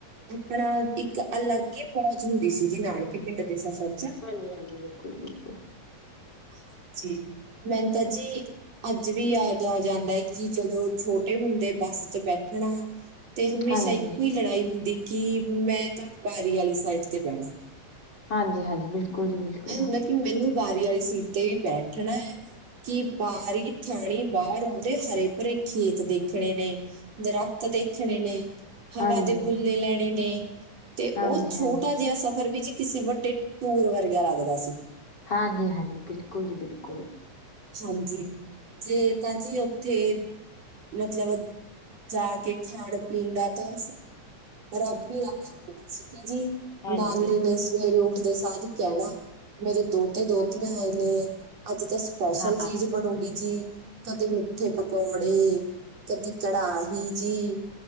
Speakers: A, on the right; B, on the left.
A: ਅਪਣਾ, ਇਕ ਅਲਗ ਈ ਮੌਜ ਹੁੰਦੀ ਸੀ ਜੀ, ਨਾਣਕੇ ਪਿੰਡ ਦੇ ਸਫ਼ਰ'ਚ।
B: ਹਾਂਜੀ-ਹਾਂਜੀ, ਬਿਲਕੁਲ, ਬਿਲਕੁਲ।
A: ਹਾਂਜੀ, ਮੈਨ ਤਾ ਜੀ ਅੱਜ ਵੀ ਯਾਦ ਆ ਜਾਂਦਾ ਏ ਕਿ, ਜਦੋਂ ਛੋਟੇ ਹੁੰਦੇ ਬਸ'ਚ ਬੈਠਣਾ ਤੇ ਹਮੇਸ਼ਾ
B: ਹਾਂਜੀ
A: ਇਕੋ ਈ ਲੜਾਈ ਹੁੰਦੀ ਕਿ, ਮੈਂ ਤਾਂ ਬਾਰੀ ਆਲੀ ਸਾਈਡ ਤੇ ਬਹਿਣਾ।
B: ਹਾਂਜੀ-ਹਾਂਜੀ, ਬਿਲਕੁਲ ਜੀ, ਬਿਲਕੁਲ।
A: ਐ ਹੁੰਦਾ ਕਿ ਮੈਨੂ, ਬਾਰੀ ਆਲੀ ਸੀਟ ਤੇ ਬੈਠਣੈ ਕਿ, ਬਾਰੀ ਥਾਣੀ ਬਾਹਰ ਆਂਉਦੇ ਹਰੇ-ਭਰੇ ਖੇਤ ਦੇਖਣੇ ਨੇ ਦਰੱਖਤ ਦੇਖਣੇ ਨੇ। ਹਵਾ
B: ਹਾਂਜੀ
A: ਦੇ ਬੁੱਲੇ ਲੈਣੇ ਨੇ, ਤੇ
B: ਹਾਂਜੀ
A: ਓ ਛੋਟਾ
B: ਹਾਂਜੀ
A: ਜਿਹਾ ਸਫ਼ਰ ਵੀ ਕਿਸੇ ਵੱਡੇ, ਟੂਰ ਵਰਗਾ ਲਗਦਾ ਸੀ।
B: ਹਾਂਜੀ-ਹਾਂਜੀ, ਬਿਲਕੁਲ ਜੀ, ਬਿਲਕੁਲ।
A: ਹਾਂਜੀ, ਜੇ ਤਾਂ ਜੀ ਓੱਥੇ ਮਤਲਬ, ਜਾਕੇ ਖਾਣ-ਪੀਣ ਦਾ ਤਾਂ ਸਮਾਂ ਰੱਬ ਹੀ ਰਾਖਾ <unintelligible> ਜੀ
B: ਹਾਂਜੀ
A: ਨਾਨੀ
B: ਹਾਂਜੀ
A: ਨੇ ਸ ਸਵੇਰੇ ਉੱਠਦੇ ਸਾਰ ਹੀ ਕਹਿਣਾ, ਮੇਰੇ ਦੋਤੇ-ਦੋਤੀਆਂ ਆਏ ਨੇ, ਅੱਜ ਤਾ ਸਪੈਸ਼ਲ
B: ਹਾਂ
A: ਚੀਜ਼ ਬਣੂਗੀ ਜੀ, ਕਦੇ ਮਿੱਠੇ-ਪਕੌੜੇ ਕਦੀ ਕੜਾਹੀ ਜੀ,